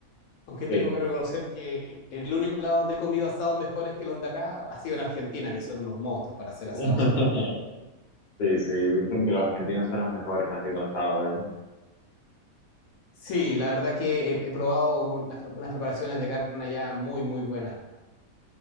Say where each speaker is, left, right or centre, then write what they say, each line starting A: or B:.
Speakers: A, on the left; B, on the left.
A: Aunque tengo
B: Sí.
A: que reconocer que el único lado donde he comido asados mejores que los de acá ha sido en Argentina, que son unos monstruos para hacer
B: <laughs>
A: asados. Son-
B: Sí, sí, dicen que los argentinos son los mejores haciendo asado, ¿eh?
A: Sí, la verdad que he, he probado unas, pre- unas preparaciones de carne allá muy, muy buenas.